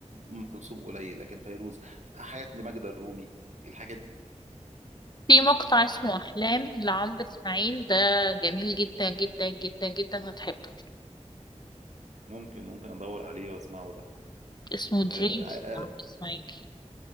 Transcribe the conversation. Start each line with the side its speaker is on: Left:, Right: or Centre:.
Right: ام كلثوم قليل لكن فيروز حاجات لماجدة الرومي الحاجات دي
Left: في مقطع اسمه احلام لعمرو اسماعيل ده جميل جدا جدا جدا جدا هتحبه
Right: ممكن ممكن ادور عليه واسمعه ده
Left: اسمه دريمز
Right: آه، آه،
Left: لعمرو
Right: آه،
Left: اسماعيل